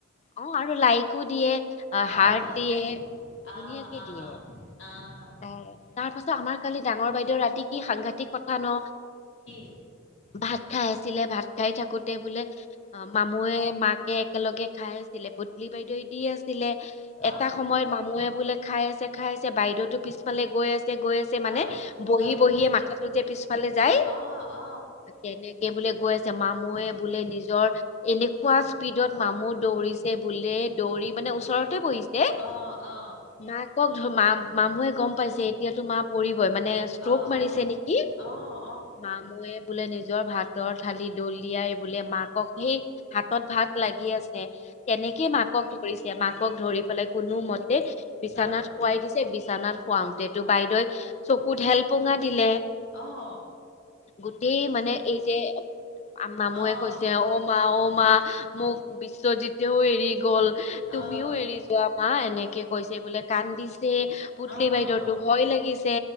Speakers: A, on the left; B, on the left.
A: অ আৰু লাইকো দিয়ে অ
B: অ',
A: হাৰ দিয়ে
B: অ',
A: ধুনীয়াকে
B: অ',
A: দিয়ে।
B: অ',
A: তাৰ পাছত আমাৰ কালি ডাঙৰ বাইদেউ ৰাতি কি সাংঘাতিিক কথা ন
B: <inaudible>
A: ভাত খাই আছিলে ভাত খাই থাকোতে বোলে অ মামু মাকে একেলগে খাই আছিলে পুতলি বাইদেৱে দি আছিলে এটা
B: অ',
A: সময়ত মামুৱে বোলে খাই আছে খাই আছে বাইদেউতো পিছফালে গৈ আছে গৈ আছে
B: অ',
A: মানে
B: অ',
A: বহি
B: অ',
A: বহিয়ে মাথাটো যে পিছফালে যায়।
B: অ', অ',
A: তেনেকে বোলে গৈ আছে মামুুৱে বোলে নিজৰ এনেকুৱা স্পীডত মামুৰ দৌৰিছে বোলে দৌৰি মানে ওচৰতে বহিছে
B: অ', অ', অ',
A: মাক কক ধ মা মামুহে গম পাইছে এতিয়াতো মা পৰিবই মানে ষ্ট্ৰক
B: অ',
A: মাৰিছে নেকি
B: অ',
A: মামুয়ে বোলে নিজৰ ভাত ৰ থালি দল দিয়াই বোলে মাকক সেই হাতত ভাত, লাগি আছে তেনেকেই মাক ধৰিছে মাকক ধৰি পেলাই কোনো মতে বিছনাত
B: অ', অ',
A: খোৱাই দিছে চানাত খুৱাওতেটো বাইদেৱে চকুত ধেল পোঙা দিলে
B: আহ
A: গোটেই মানে এই যে আম নামহে
B: অ',
A: কৈছে অ মা অ মা মোক বিশ্বজিতেও এৰি গল তুমিও
B: অ',
A: এৰি যোৱা। হা এনেকে কৈছে বোলে কান্দিছে পুতলি
B: অ', অ',
A: বাইদেউতো ভয় লাগিছে